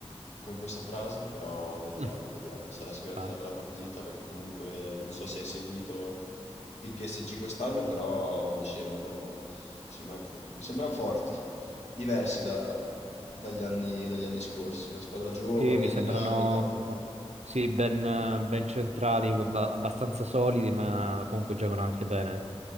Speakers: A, on the left; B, on the right.
A: con questa frase, però vediamo,
B: mm.
A: vediamo. Sarà sicuramente
B: Beh,
A: una bella partita perché comunque non so se hai seguito il PSG quest'anno però mi sembrano, mi sembrano fo- mi sembrano forti, diversi da- dagli anni, dagli anni scorsi. Una squadra giovane,
B: Sì, mi sembrano
A: dinamica.
B: sì, ben, ben centrati, abba- abbastanza solidi, ma comunque giocano anche bene.